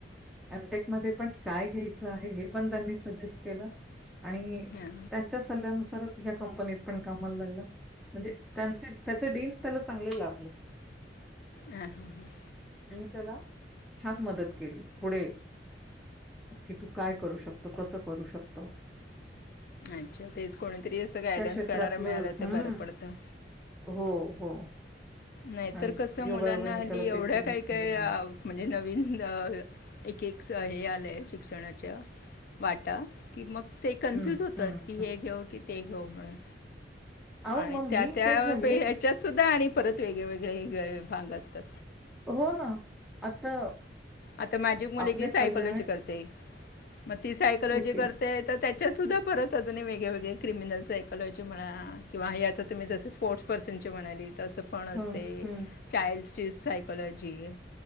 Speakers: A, in the centre; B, on the left.
A: केमटेक म पण काय घ्यायचं आहे हे पण त्यांनी सजेस्ट केलं आणि
B: हां
A: त्याच्या सल्ल्यानुसारच ह्या कंपनीत पण कामाला लागला म्हणजे त्यां त्याच डडीन त्याला चांगले लाभलं
B: हम् हम् हम्
A: त्याला छान मदत केली पुढे की तू काय करू शकतो कसं करू शकत
B: अच्छा तेच कोणीतरी असं गायडन्स
A: क्षेत्रातलं
B: करणार मिळालं तर
A: हं,
B: बरं पडतं
A: हो, हो.
B: नाहीतर
A: आणि
B: कस
A: योगायोगाने
B: मुलांना हली
A: त्याला ते
B: एवढ्या
A: डीन
B: काय
A: चांगलं
B: काय
A: मिळालं.
B: म्हणजे नवीन एक एक हे आलंय श् वाट कि मग ते कन्फ्युज
A: हं,
B: होतात
A: हं,
B: की
A: हं.
B: हे घेऊ की ते घो म्हणून
A: अहो,
B: आणि
A: मग
B: त्या
A: मी
B: त्या
A: तेच झाले
B: हच्यात सुद्धा आणि परत वेगळेवेेगळे भाग असतात
A: हो ना आता
B: आता माझी मुलगी
A: आपल्या
B: सायकोलॉजी
A: कल्याण
B: करते मग ती सायकॉोलॉजी
A: ओके.
B: करते तर त्याच्यात सुद्धा परत अजूनही वेगळेवेगळे क्रिमिनल सायकॉोलॉजी म्हणा कि तुम्ही ज स्पोर्ट पर्सन म्हणा तस पण अस
A: हं, हं,
B: चाड सायकॉलॉजी